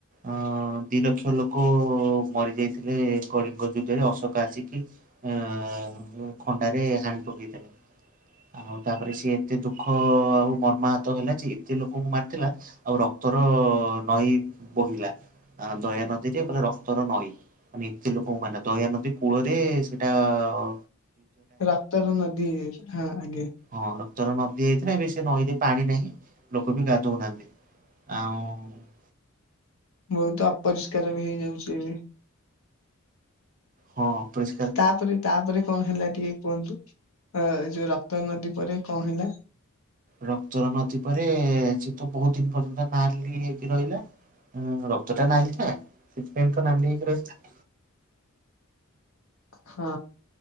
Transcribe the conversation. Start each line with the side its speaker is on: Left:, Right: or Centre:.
Right: ଅ ଅ ଦି ଲକ୍ଷ ଲୋକ ମରିଯାଇ ଥିଲେ କଳିଙ୍ଗ ଯୁଧରେ, ଅଶୋକ ଆସିକି ଆ ଆ ଆ ଖଣ୍ଡାରେ ହାଣି ପକେଇଥିଲେ। ଆଉ ତାପରେ ସିଏ ଏତେ ଦୁଃଖ ଆଉ ମର୍ମାହତ ହେଲା ଯେ, ଏତେ ଲୋକଙ୍କୁ ମାରିଥିଲା ଆଉ ରକ୍ତର ନଈ ବହିଲା, ଦୟା ନଦୀରେ ପୁରା ରକ୍ତର ନଈ ମାନେ ଏତେ ଲୋକଙ୍କୁ ମାନେ, ଦୟା ନଦୀ କୂଳରେ ସେଟା ଆ
Left: ରକ୍ତାର ନଦୀ ହେଇଯାଇଥିଲା, ହଁ ଆଜ୍ଞା।
Right: ହଁ, ରକ୍ତର ନଦୀ ହେଇଥିଲା, ଏବେ ସେ ନଈରେ ପାଣି ନାହିଁ, ଲୋକ ବି ଗାଧଉନାହାନ୍ତି। ଆଉଁ
Left: ବହୁତ ଅପରିଷ୍କାର ବି ହେଇଯାଉଚି ଏବେ।
Right: ହଁ ପ <unintelligible>
Left: ତାପରେ, ତାପରେ କଣ୍ ହେଲା ଟିକେ କୁହନ୍ତୁ? ଅ ଯୋଉ ରକ୍ତ ନଦୀ ପରେ କଣ୍ ହେଲା?
Right: ରକ୍ତର ନଦୀ ପରେ, ସେ ତ ବହୁତ ଦିନି ପର୍ଯ୍ୟନ୍ତ ନାଲି ହେଇକି ରହିଲା ହଁ ରକ୍ତ ଟା ନାଲିନା? ସେଥିପାଇଁ ତ ନାଲି ହେଇକି ରହିଥିଲା।
Left: ହଁ।